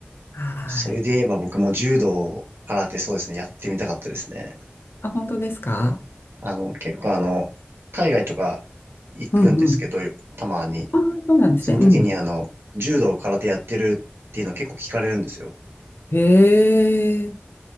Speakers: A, on the left; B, on the right.
A: は
B: それで言えば僕も柔道、
A: い。
B: 空手そうですね、やってみたかったですね。
A: あ、本当ですか
B: あの、結構あの、海外とか行くんですけど、
A: うんうん。
B: たまに。
A: あ、そうなんですね。
B: その時にあの、
A: うん。
B: 柔道、空手やってるっていうの結構聞かれるんですよ。
A: へえ。